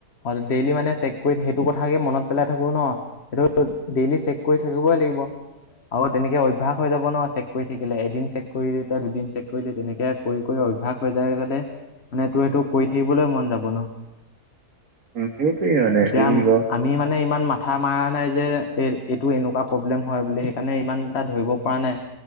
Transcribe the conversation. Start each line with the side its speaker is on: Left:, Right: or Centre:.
Left: হয় ডেইলি মানে চেক কৰি সেইটো কথাকে মনত পেলাই থাকো ন সেইটো ডেইলি চেক কৰি থাকিবই লাগিব। আৰু তেনেকে অভ্যাস হৈ যাব ন চেক কৰি থাকিলে, এদিন চেক কৰিলি তই দুদিন চেক কৰিলি তেনেকে কৰি কৰি অভ্যাস হৈ যায় মানে তোৰ এইটো কৰি থাকিবগে মন যাব ন।
Right: সেইটোয়ে মানে এইটো
Left: এতিয়া
Right: ধৰি ল
Left: আমি মানে ইমান মা মাথা মাৰ নাই যে এই এইটো এনেকুৱা প্ৰব্লেম হয় বুলি সেইকাৰণে ইমান এটা ধৰিব পৰা নাই